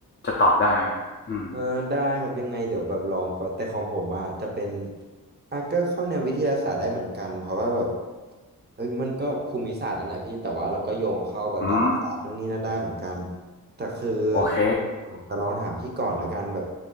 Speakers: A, on the left; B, on the right.
A: จะตอบได้ไหมอืม
B: เออได้ครับยังไงเดี๋ยวแบบลองก่อนแต่ของผมอ่ะจะเป็นอ่ะก็เข้าแนววิทยาศาสตร์ได้เหมือนกันเพราะว่าแบบเฮ้ยมันก็ภูมิศาสตร์นั่นแหละพี่แต่ว่าเราก็โยงเข้าแบบดาราศาสตร์นู่นนี่นั่นได้เหมือนกัน
A: อืม
B: แต่คือ
A: โอเค
B: ผมจะลองถามพี่ก่อนละกันแบบ